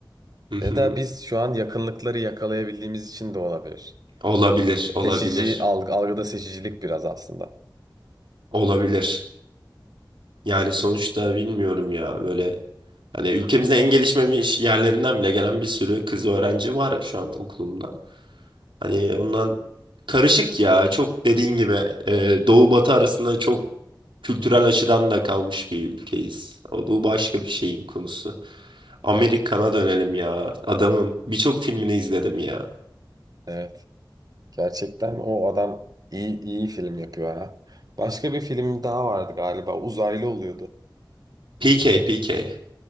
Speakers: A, on the right; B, on the right.
A: <laughs>
B: Ya da biz şu an yakınlıkları yakalayabildiğimiz için de olabilir.
A: Olabilir, olabilir,
B: Seçici algı, algıda seçicilik biraz aslında.
A: olabilir. Yani sonuçta bilmiyorum ya böyle hani ülkemizde en gelişmemiş yerlerinden bile gelen bir sürü kız öğrenci var şu an okulumda. Hani ondan karışık ya çok dediğin gibi e, doğu batı arasında çok kültürel açıdan da kalmış bir ülkeyiz. O, bu başka bir şeyin konusu. Amerikan'a
B: Evet.
A: dönelim ya adamım birçok filmini izledim ya.
B: Evet. Gerçekten o adam iyi iyi film yapıyor ha. Başka bir film daha vardı galiba. Uzaylı oluyordu.
A: PK PK.